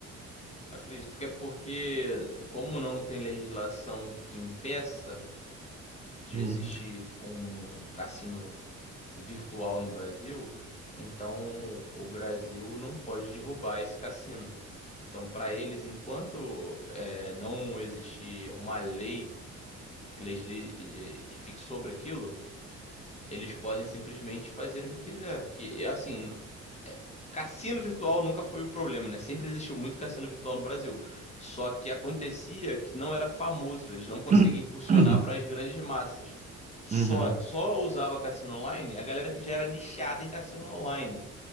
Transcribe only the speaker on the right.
Hum.
<coughs>
<clears throat>
Uhum,